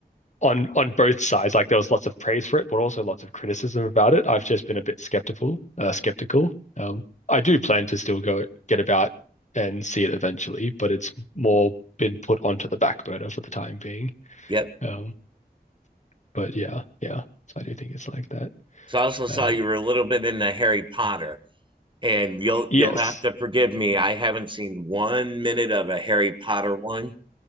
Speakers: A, on the left; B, on the right.
A: on on both sides. Like there was lots of praise for it, but also lots of criticism about it. I've just been a bit skeptical. Uh, skeptical. Um, I do plan to still go get about and see it eventually, but it's more been put onto the back burner for the time being.
B: Yep.
A: Um, but yeah, yeah. So I do think it's like that.
B: So I also saw
A: Um,
B: you were a little bit into Harry Potter, and you'll
A: yes.
B: you'll have to forgive me. I haven't seen one minute of a Harry Potter one,